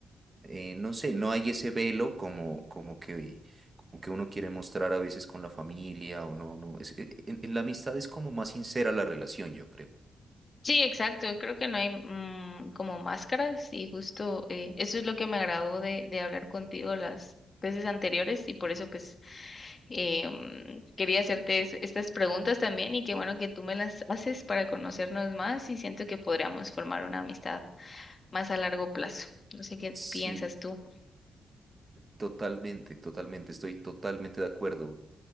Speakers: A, on the right; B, on the left.
A: eh, no sé, no hay ese velo como, como que, como que uno quiere mostrar a veces con la familia o no, no. es- e, e, en en la amistad es como más sincera la relación, yo creo.
B: Sí, exacto. Creo que no hay mm, como máscaras y justo eh, eso es lo que me agradó de, de hablar contigo las veces anteriores y por eso pues eh, mm, quería hacerte es- estas preguntas también y qué bueno que tú me las haces para conocernos más y siento que podríamos formar una amistad más a largo plazo. No sé qué
A: Sí.
B: piensas tú.
A: Totalmente, totalmente, estoy totalmente de acuerdo.